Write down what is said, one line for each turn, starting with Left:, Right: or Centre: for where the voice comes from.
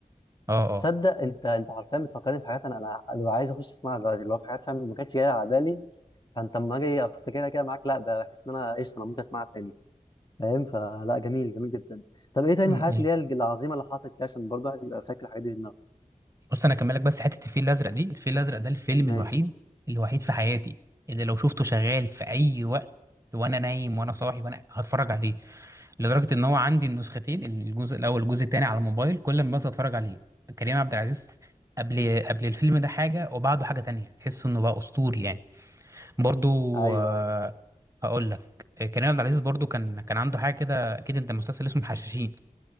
Right: اه
Left: تصدق
Right: اه
Left: انت انت حرفيا بتفكرني في حاجات انا انا ببقى عايز اخش اسمعها دلوقتي اللي هو في حاجات فاهم ما كانتش جايه على بالي فانت اما اجي افتكرها كده معاك لا بحس ان انا قشطه انا ممكن اسمعها تاني فاهم فلا جميل جميل جدا طب ايه تاني
Right: مم.
Left: من الحاجات
Right: ال-
Left: اللي هي العظيمه اللي حصلت كده عشان برضه الواحد يبقى فاكر الحاجات دي في دماغه
Right: بص انا اكملك بس حته الفيل الازرق دي الفيل الازرق ده الفيلم
Left: ماشي
Right: الوحيد الوحيد في حياتي اللي لو شفته شغال في اي وقت وانا نايم وانا صاحي وانا هتفرج عليه لدرجه ان هو عندي النسختين الجزء الاول والجزء الثاني على الموبايل كل ما بس اتفرج عليه كريم عبد العزيز قبل قبل الفيلم ده حاجه وبعده حاجه تانية تحس انه بقى اسطوري يعني برضو
Left: ايوه
Right: آه،
Left: أيوه.
Right: هقول لك كريم عبد العزيز برضو كان كان عنده حاجه كده اكيد انت مسلسل اسمه الحشاشين